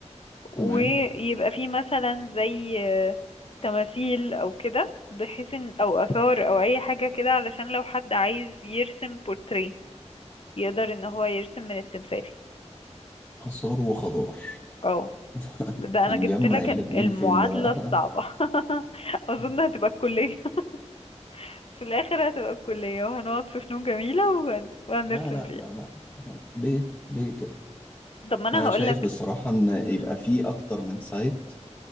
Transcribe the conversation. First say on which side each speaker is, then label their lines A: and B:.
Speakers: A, on the left (about 50°); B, on the left (about 20°).
A: ويبقى
B: تمام
A: فيه مثلا زي آه، تماثيل او كده بحيث ان او اثار او اي حاجة كده علشان لو حد عايز يرسم بورتريه يقدر ان هو يرسم من التمثال
B: آثار وخضار
A: اه
B: <laughs>
A: ده انا
B: هنجمع
A: جبت لك
B: الاتنين
A: المعادلة
B: فين ده بقى
A: الصعبة <laughs> اظن
B: <laughs>
A: هتبقى الكلية <laughs> في الاخر هتبقى الكلية وهنقعد في فنون جميلة وهن... وهنرسم
B: لا لا
A: فيها
B: لا لا ليه ليه كده
A: طب ما انا
B: انا
A: هقولك
B: شايف بصراحة ان يبقى
A: مم.
B: في اكتر من سايت